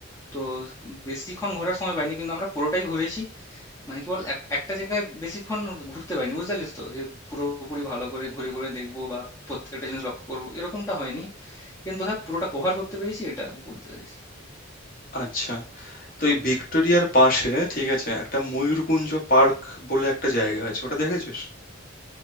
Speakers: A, on the left (about 15°); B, on the left (about 45°).
A: তো বেশিক্ষণ ঘোরার সময় পাইনি কিন্তু আমরা পুরোটাই ঘুরেছি মানে কি বল এক- একটা জায়গায় বেশিক্ষণ ঘুরতে পারিনি বুঝতে পারলিস তো যে পুরোপুরি ভালো করে ঘুরে ঘুরে দেখবো বা প্রত্যেকটা জিনিস লক্ষ্য করবো এরকমটা হয়নি কিন্তু হ্যাঁ পুরোটা কভার করতে পেরেছি এটা বলতে পারিস
B: আচ্ছা তো এই ভিক্টোরিয়ার পাশে ঠিক আছে একটা ময়ূরকুঞ্জ পার্ক বলে একটা জায়গা আছে ওটা দেখেছিস